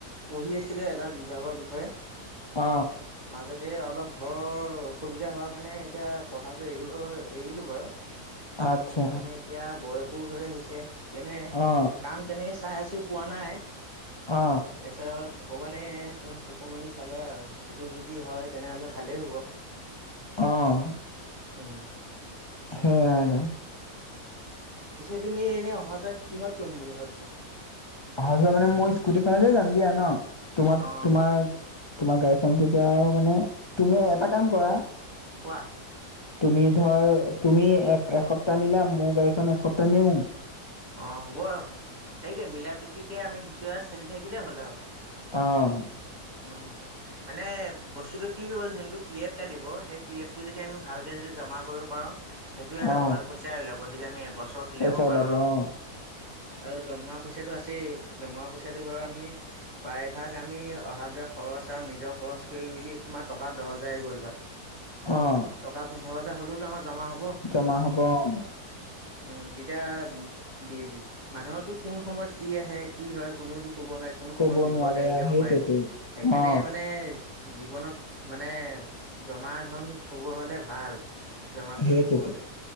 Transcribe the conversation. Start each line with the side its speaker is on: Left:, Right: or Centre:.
Right: পঢ়ি আছিলে এটা বিভাগৰ বিষয়ে।
Left: অ,
Right: মাজতে অলপ ঘৰৰ অসুবিধা হোৱা কাৰণে এতিয়া পঢ়াটো এৰিব এৰিলোঁ বাৰু সেইকাৰণে
Left: আচ্ছা
Right: এতিয়া বয়সো হৈ আহিছে সেইকাৰণে
Left: অ
Right: কাম কেনেকে, চাই আছোঁ পোৱা নাই।
Left: অ
Right: তাৰপিছত ভগৱানে তোমাৰ চকু মেলি চালে আৰু এইটো যদি হয় তেনেহলে ভালেই হ'ব।
Left: অঁ
Right: হুম।
Left: সেইয়াই আৰু।
Right: পিছে তুমি এনেই অহা যোৱা কিহত কৰিম বুলি ভাবিছা?
Left: অহা যোৱা মানে মই স্কুটিখনতে যাম দিয়া ন, তোমাৰ-তোমাৰ-
Right: অ
Left: তোমাৰ গাড়ীখন তেতিয়া মানে তুমি এটা কাম কৰা-
Right: কোৱা?
Left: তুমি ধৰ তুমি এক এসপ্তাহ নিলা, মোৰ গাড়ীখন এসপ্তাহ নিও-
Right: অঁ হ'ব আৰু সেইটোৱেই মিলা প্ৰীতিকৈ আমি দুটা চলি থাকিলেই হ'ল আৰু।
Left: অঁ।
Right: উম। মানে বস্তুটো কি হ'ল যোনটো পি এফ কাটিব সেই পি এফ টো যদি আমি ভালকে যদি জমা কৰিব- পাৰো সেইটো এটা
Left: অ
Right: ভাল পইচাই ওলাব যদি আমি এবছৰত- উলিয়াব
Left: পইচা
Right: পাৰোঁ
Left: ওলাব
Right: আৰু
Left: অঁ।
Right: আৰু দৰমহা পইচাটো আছেই, দৰমহা পইচাটো বাৰু আমি- প্ৰায়ভাগ আমি অহা যোৱা খৰচ আৰু নিজৰ খৰচ কৰি মেলি তোমাৰ টকা দহ হাজাৰ গ'ল বাৰু। <unintelligible>
Left: অঁ।
Right: টকা পোন্ধৰ হাজাৰ হ'লেও আমাৰ জমা হ'ব।
Left: জমা হ'ব অঁ'।
Right: উম তেতিয়া- বিজ, মানুহতো কোন সময়ত কি আহে কি হয় কোনেওতো ক'ব নোৱাৰি- কোন
Left: কব
Right: সময়ত বিপদ
Left: নোৱাৰে
Right: আহি যাব
Left: সেইটোৱেতো
Right: পাৰে। সেইকাৰণে
Left: অ
Right: মানে- জীৱনত মানে জমা ধন থ'ব হ'লে ভাল। জমা কৰি
Left: সেইটোৱেইটো,
Right: থব হলে।